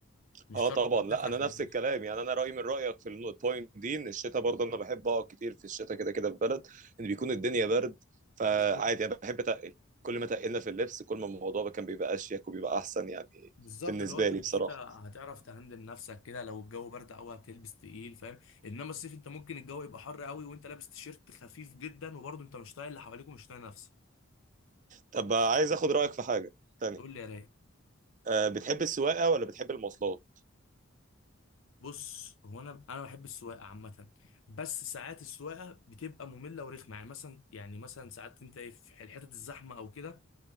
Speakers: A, on the left (about 80°); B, on the right (about 40°).
A: مش
B: اه
A: شرط
B: طبعا
A: أبقى مسافر
B: لا انا
A: عشان
B: نفس
A: أتبسط.
B: الكلام يعني انا رايي من رايك في البوينت دي ان الشتاء برضه انا بحب اقعد كتير في الشتاء كده كده في بلد ان بيكون الدنيا برد فعادي
A: بالظبط.
B: انا بحب اتقل كل ما تقلنا في اللبس كل ما الموضوع كان بيبقى اشيك وبيبقى احسن يعني
A: بالظبط
B: بالنسبه
A: اللي هو انت
B: لي
A: في
B: بصراحه
A: الشتاء هتعرف تهندل نفسك كده لو الجو برد قوي هتلبس تقيل فاهم انما الصيف انت ممكن الجو يبقى حر قوي وانت لابس تيشيرت خفيف جدا وبرضه انت مش طايق اللي حواليك ومش طايق نفسك
B: طب عايز اخد رايك في حاجه تانية
A: قول لي يا رايق
B: أه بتحب السواقه ولا بتحب المواصلات
A: بص هو انا انا بحب السواقه عامه بس ساعات السواقه بتبقى ممله ورخمه يعني مثلا يعني مثلا ساعات انت ايه في الحتت الزحمه او كده